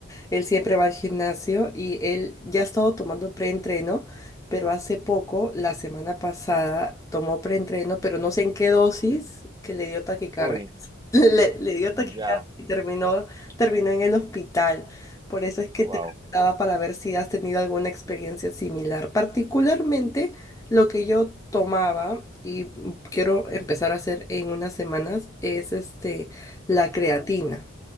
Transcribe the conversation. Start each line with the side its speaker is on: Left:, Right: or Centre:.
Left: él siempre va al gimnasio y él ya ha estado tomando preentreno, pero hace poco, la semana pasada, tomó preentreno, pero no sé en qué dosis, que le dio taquicardia.
Right: Uy,
Left: Le, le dio taquicardia
Right: ya,
Left: y terminó, terminó en el hospital. Por eso es que
Right: wow.
Left: te preguntaba para ver si has tenido alguna experiencia similar. Particularmente lo que yo tomaba y quiero empezar a hacer en unas semanas es este, la creatina